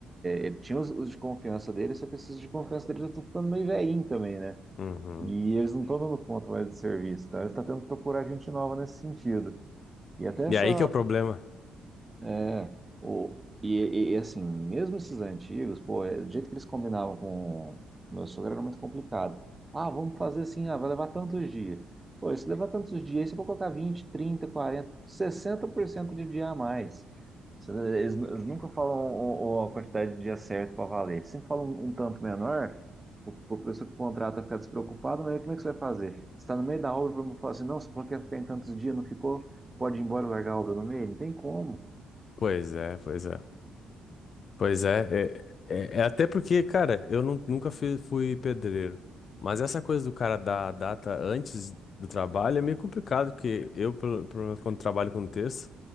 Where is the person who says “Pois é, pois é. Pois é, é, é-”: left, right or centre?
Left